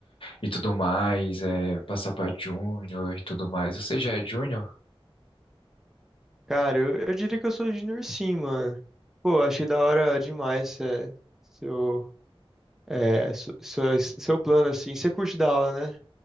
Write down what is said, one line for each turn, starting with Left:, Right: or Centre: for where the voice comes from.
Left: e tudo mais, é, passar pra júnior e tudo mais. Você já é júnior?
Centre: Cara, eu, eu diria que eu sou junior sim, mano. Pô, achei da hora demais, é, seu, é, seu, seu, seu plano, assim. Você curte dar aula, né?